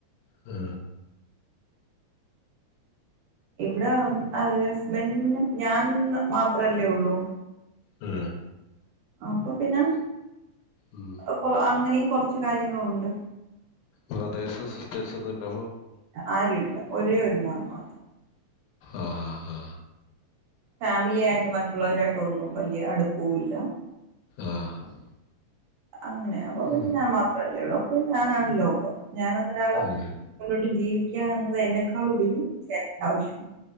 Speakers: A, on the left; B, on the right.
A: ആ
B: ഇവിടെ അ ഹസ്ബൻറിന് ഞാൻ മാത്രല്ലേ ഉള്ളൂ
A: മ്മ്
B: അപ്പൊ പിന്നെ
A: ഉം
B: കൊറ അങ്ങനെയും കുറച്ച് കാര്യങ്ങളുണ്ട്.
A: ബ്രതേഴ്സും സിസ്റ്റേഴ്സും ഒന്നുംല്ലപ്പൊ
B: ആരുല്ല ഒരേ ഒരു മോൻ മാത്രം
A: ആ ഹഹ ഹഹ
B: ഫാമിലിയ ആയിട്ട് മറ്റുള്ളവരായിട്ട് ഒന്നും വലിയ അടു പോവില്ല
A: ആഹ്
B: അങ്ങനെ അപ്പൊ പിന്നെ
A: ഉം
B: ഞാൻ മാത്രല്ലേ ഉള്ളൂ പിന്നെ ഞാനാണ് ലോകം ഞാനന്ന ഒന്നൊരാള്
A: ഉം
B: മുന്നോട്ട് ജീവിക്കാ എന്നത് എന്നെക്കാൾഉപരി ചേട്ടൻ്റെ ആവശ്യമാണ്.